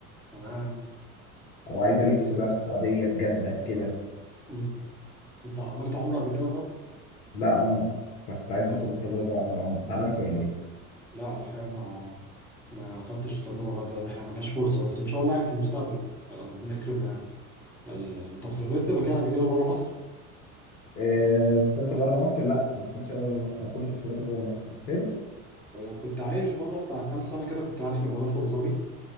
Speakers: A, in the centre; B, on the left.
A: تمام
B: أو عايز
A: دي
B: ألف
A: دي
B: بقى في السعودية في جدة كده
A: مم. انت عملت عمره قبل كده طب
B: لا عمرة فكنت عايز
A: طب
B: آخد التجربة وأعمل عمرة أنت عملت ولا إيه؟
A: لا الحقيقة ما ما خدتش التجربة لغاية دلوقتي الحقيقة ما جاش فرصة بس ان شاء الله يعني في المستقبل آه، ربنا يكرمنا يعني آه، طب سافرت مكان قبل كده بره مصر
B: آه سافرت بره مصر؟ لا ما سافرتش أوي بره مصر أنا كل سفراتي جوه مصر أنت سافرت؟
A: آه، كنت عايش بره بتاع كام سنة كده كنت قاعد في الإمارات في أبو ظبي